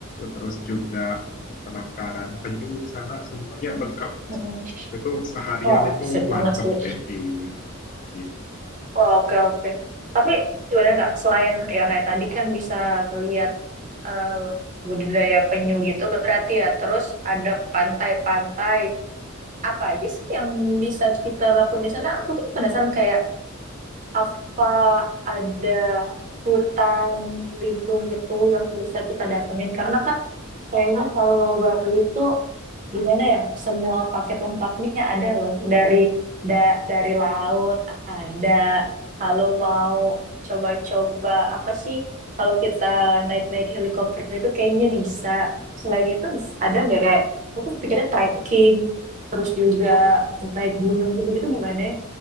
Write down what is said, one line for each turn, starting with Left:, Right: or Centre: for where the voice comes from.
Left: terus juga untuk penangkaran penyu di sana semuanya lengkap di
Right: Mm-mm.
Left: situ. Itu seharian
Right: Wah,
Left: itu
Right: asik
Left: mantap
Right: banget sih.
Left: deh, iya gitu.
Right: Wah, oke, oke. Tapi gimana Kak, selain ya kayak tadi kan bisa lihat eh, budidaya penyu gitu berarti ya, terus ada pantai-pantai. Apa aja sih yang bisa kita lakukan di sana? Aku tuh penasaran kayak apa ada hutan lindung gitu yang bisa kita datengin karena kan kayaknya kalau Bali itu gimana ya semua paket lengkapnya ada loh dari da- dari laut ada kalau mau coba-coba apa sih kalau kita naik-naik helikopter itu kayaknya bisa selain itu ada nggak kayak aku tuh pikirnya trekking terus juga naik gunung gitu-gitu gimana ya